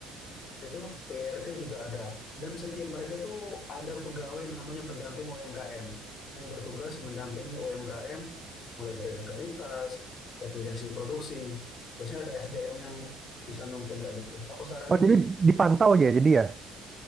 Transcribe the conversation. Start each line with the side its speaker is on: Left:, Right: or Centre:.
Left: itu PRT juga ada. Dan setiap mereka itu ada pegawai namanya pendamping UMKM yang bertugas mendampingi UMKM mulai dari legalitas, efisiensi produksi. Biasanya ada SDM yang bisa nonton kayak gitu. Aku saranin
Right: Oh, jadi dipantau
Left: ya,
Right: ya jadi ya?